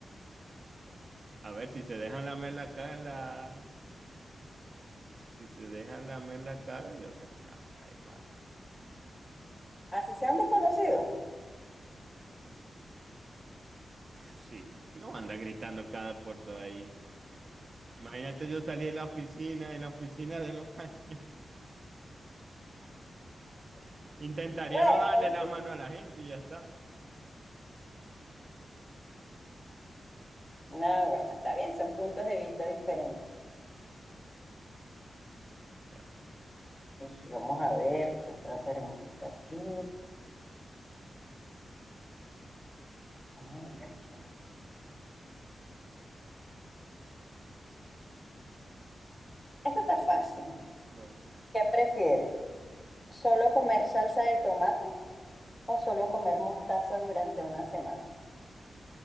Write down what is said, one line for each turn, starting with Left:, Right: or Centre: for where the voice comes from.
Right: A ver, si se dejan lamer la cara, la- si se dejan lamer la cara, yo se las lamo, da igual.
Left: Así sean desconocidos.
Right: Sí, es que no anda gritando cada puerto ahí. Imagínate yo salir de la oficina, en la oficina del baño. <laughs> Intentaría
Left: Bueno,
Right: no darle la mano a la gente y ya está.
Left: no, bueno, está bien, son puntos de vista diferentes.
Right: Vale,
Left: Y vamos a ver qué otra preguntita aquí. Ajá, mira aquí. Esta está fácil.
Right: vale.
Left: ¿Qué prefiere? ¿Solo comer salsa de tomate? o solo comer mostaza durante una semana.